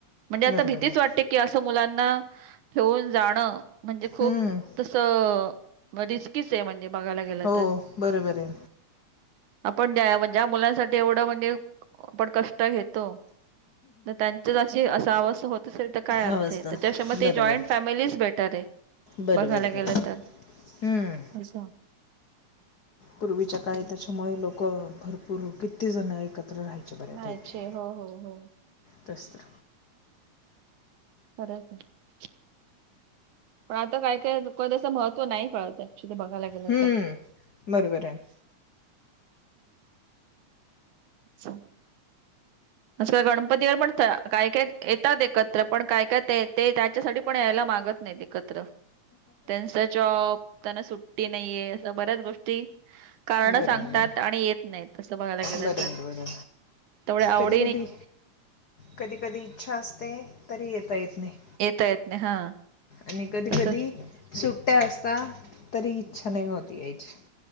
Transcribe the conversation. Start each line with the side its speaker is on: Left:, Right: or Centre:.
Right: म्हणजे आता
Left: बरोबर
Right: भीतीच
Left: आहे
Right: वाटते की असं मुलांना ठेऊन जाणं म्हणजे खूप
Left: हम्म
Right: तसं रिस्कीच आहे म्हणजे बघायला गेलं
Left: हो
Right: तर.
Left: बरोबर आहे
Right: आपण ज्या ज्या मुलांसाठी एवढं म्हणजे आपण कष्ट घेतो तर त्यांचशी असंव होत तल तर काय अर्थ
Left: अवस्था
Right: आहे त्याच्या म ते
Left: बरोबर
Right: जॉईंट फॅमिलीच बेटर आहे
Left: बरोबर
Right: बघायला गेलं
Left: बरोबर
Right: तर
Left: हम्म
Right: असं.
Left: पूर्वीच्या काय त्याच्यामुळे लोक भरपूर किती जण एकत्र राहि मच्या बऱ्यापैकी
Right: राहायचे हो हो हो.
Left: ते स्तर
Right: खरं आहे का? पण आता काय काय महत्त्व नाही कळत ऍक्च्युली ते बघायला गेलं
Left: हम्म
Right: तर.
Left: बरोबर आहे.
Right: च्छा अस गणपती ला पण काय काय येतात एकत्र, पण काय काय ते ते त्याच्यासाठी पण यायला मागत नाही ते. एकत्र त्यांचा जॉब त्यांना सुट्टी नाहीये असं बऱ्याच गोष्टी कारण
Left: बरोबर
Right: सांगतात आणि येत नाही असं बघायला गेलं
Left: बरोबर
Right: तर.
Left: बरोबर
Right: तेवढ आवड
Left: कधी कधी कधी कधी इच्छा असते तरी येता येत नाही.
Right: येता येत नाही हा.
Left: आणि कधी
Right: तसच
Left: कधी सुट्ट्या असता तरी इच्छा नाही होती यायची.